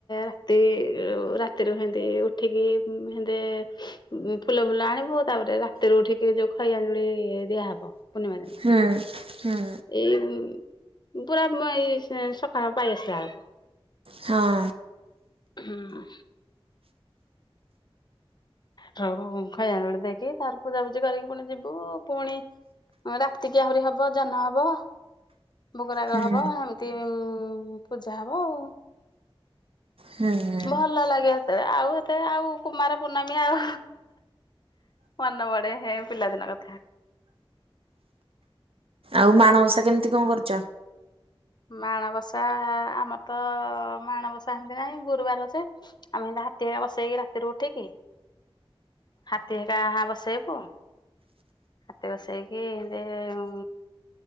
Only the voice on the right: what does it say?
ହୁଁ ହୁଁ।
ହଁ।
ହୁଁ
ହୁଁ।
ଆଉ ମାଣବସା କେମିତି କଣ କରୁଛ?